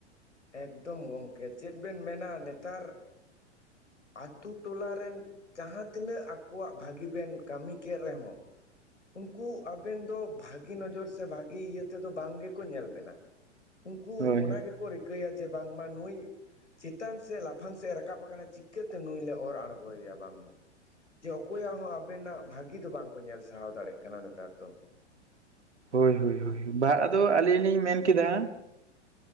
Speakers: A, on the left (about 80°); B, on the right (about 70°).
A: ᱮᱠᱫᱚᱢ ᱜᱚᱢᱠᱮ ᱪᱮᱫ ᱵᱮᱱ ᱢᱮᱱᱟ ᱱᱮᱛᱟᱨ ᱟᱹᱛᱩ ᱴᱚᱞᱟᱨᱮᱱ ᱡᱟᱦᱟᱸ ᱛᱤᱱᱟᱹᱜ ᱟᱠᱚᱣᱟᱜ ᱵᱷᱟᱹᱜᱤ ᱵᱮᱱ ᱠᱟᱹᱢᱤ ᱠᱮᱫ ᱨᱮᱦᱚᱸ ᱩᱱᱠᱩ ᱟᱵᱮᱱ ᱫᱚ ᱵᱷᱟᱹᱜᱤ ᱱᱚᱡᱚᱨ ᱥᱮ ᱵᱷᱟᱜᱤ ᱤᱭᱟᱹ ᱛᱮᱫᱚ ᱵᱟᱝ ᱜᱮᱠᱚ ᱧᱮᱞ ᱵᱮᱱᱟ ᱩᱱᱠᱩ
B: ᱦᱳᱭ
A: ᱚᱱᱟ ᱜᱮ ᱠᱚ ᱨᱤᱠᱟᱹᱭᱟ ᱡᱮ ᱵᱟᱝᱢᱟ ᱱᱩᱭ ᱪᱮᱛᱟᱱ ᱥᱮ ᱞᱟᱯᱷᱟᱝ ᱥᱮᱫ ᱨᱟᱠᱟᱵ ᱟᱠᱟᱱᱟ ᱪᱤᱠᱟᱹᱛᱮ ᱱᱩᱭ ᱞᱮ ᱚᱨ ᱟᱬᱜᱚᱭᱮᱭᱟ ᱵᱟᱝᱢᱟ ᱡᱮ ᱚᱠᱚᱭᱟᱜ ᱦᱚᱸ ᱟᱵᱮᱱᱟᱜ ᱵᱷᱟᱹᱜᱤ ᱫᱚ ᱵᱟᱝ ᱠᱚ ᱧᱮᱞ ᱥᱟᱦᱟᱣ ᱫᱟᱲᱮᱭᱟᱜ ᱠᱟᱱᱟ ᱱᱮᱛᱟᱨ ᱫᱚ
B: ᱦᱳᱭ ᱦᱳᱭ ᱦᱳᱭ ᱵᱟᱝ ᱟᱫᱚ ᱟᱹᱞᱤᱧ ᱞᱤᱧ ᱢᱮᱱ ᱠᱮᱫᱟ